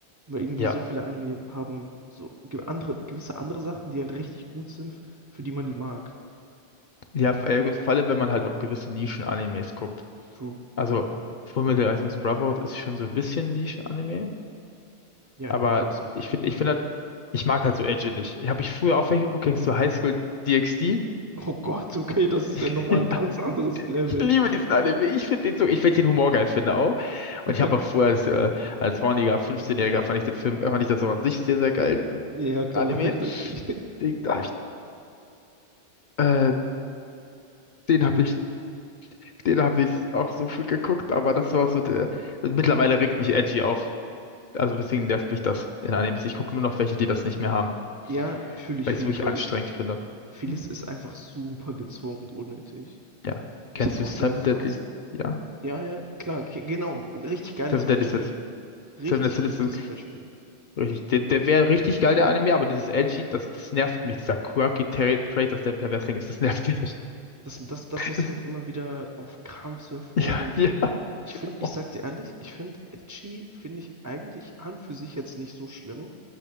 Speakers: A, on the right; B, on the left.
A: Weil irgendwie
B: Ja.
A: so viele Anime haben so ge andere, gewisse andere Sachen, die halt richtig gut sind, für die man die mag.
B: Ja, f- ja, gut, vor allem, wenn man halt auch gewisse Nischen-Animes guckt.
A: True.
B: Also, Fullmetal Alchemist Brotherhood ist schon so ein bisschen Nischen-Anime,
A: Ja,
B: aber
A: würde ich auch sagen.
B: ich finde, ich finde halt, ich mag halt so Edgy nicht. habe ich früher auch welche geguckt, kennst du High School DxD?
A: Oh Gott, okay, das ist
B: <laughs>
A: ja nochmal ein ganz anderes Level.
B: Ich liebe diesen Anime. Ich finde den so, ich finde den Humor geil, finde auch.
A: <laughs>
B: Und ich habe auch früher als, äh, als horniger 15-Jähriger fand ich den Film, fand ich das auch an sich sehr, sehr geil, diesen
A: Ja, klar,
B: Anime.
A: verständlich.
B: Den, da hab ich, äh, den habe ich Den habe ich auch so viel geguckt, aber das war auch so der. Mittlerweile regt mich Edgy auf. Also deswegen nervt mich das in Animes. Ich gucke nur noch welche, die das nicht mehr haben,
A: Ja, fühle ich,
B: weil
A: fühle
B: ich es wirklich
A: ich, weil
B: anstrengend finde.
A: vieles
B: Hm.
A: ist einfach super gezwungen und unnötig.
B: Ja.
A: Ich
B: Kennst
A: hatte
B: du
A: auch
B: Seven
A: so eine Phase.
B: Deadly? Ja.
A: Ja, ja, klar, ge- genau, richtig geiles
B: Seven
A: Beispiel.
B: Deadly Sins.
A: richtig
B: Seven Deadly Sins
A: gutes
B: ist so
A: Beispiel.
B: richtig. Der, der wäre richtig geil, der Anime, aber dieses Edgy, das, das nervt mich. Dieser quirky Tra- Trait, dass der Perversling ist, das nervt mich. Das,
A: Dass, dass, dass das
B: das,
A: halt immer wieder auf Krampf so hervorgehoben
B: ja, ja.
A: wird. Ich finde,
B: Oh.
A: ich sag dir ehrlich, ich finde Edgy, finde ich eigentlich an für sich jetzt nicht so schlimm,